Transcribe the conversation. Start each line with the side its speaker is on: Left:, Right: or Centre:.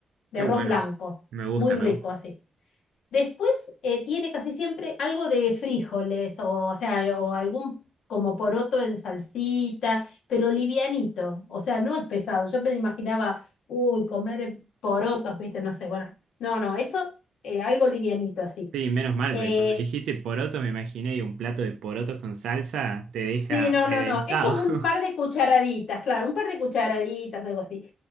Left: de
Right: Qué
Left: arroz
Right: bueno,
Left: blanco,
Right: es- me gusta,
Left: muy rico
Right: me gusta.
Left: así. Después eh, tiene casi siempre algo de frijoles o, o sea, o algún como poroto en salsita, pero livianito, o sea, no es pesado. Yo me imaginaba, uy, comer porotos, viste, no sé, bueno, no, no, eso eh, algo livianito así.
Right: Sí, menos mal,
Left: Eh,
Right: porque cuando dijiste poroto me imaginé y un plato de porotos con salsa te deja
Left: sí, no,
Right: reventado.
Left: no, no, es como un par
Right: <laughs>
Left: de cucharaditas, claro, un par de cucharaditas, algo así.